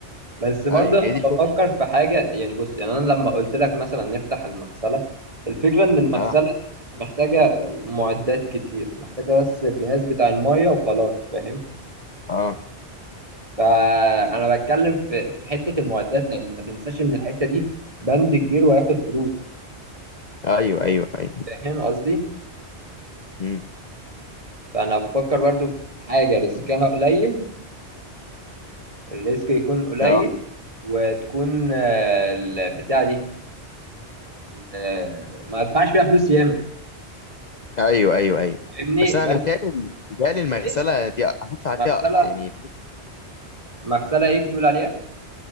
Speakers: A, on the right; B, on the left.
A: بس برضه
B: ايوه
A: أنا
B: هي دي الفكره
A: بفكر في حاجة يعني بص يعني أنا لما قلت لك مثلا نفتح المغسلة الفكرة إن المغسلة
B: اه
A: مش محتاجة معدات كتير محتاجة بس الجهاز بتاع المية وخلاص فاهم
B: اه
A: فأنا بتكلم في في حتة المعدات لأن ما تنساش إن الحتة دي بند كبير وهياخد فلوس
B: ايوه ايوه ايوه
A: فاهم قصدي؟
B: امم
A: فأنا بفكر برضه في حاجة ريسكها قليل الريسك يكون قليل
B: اه
A: وتكون آه، البتاعة دي آه، ما ادفعش فيها فلوس ياما
B: ايوه ايوه ايوه
A: فاهمني
B: بس انا
A: بس
B: بتهيألي بتهيألي المغسله
A: ايه
B: دي هتدفع
A: مغسلة
B: فيها يعني
A: مغسلة ايه بتقول عليها؟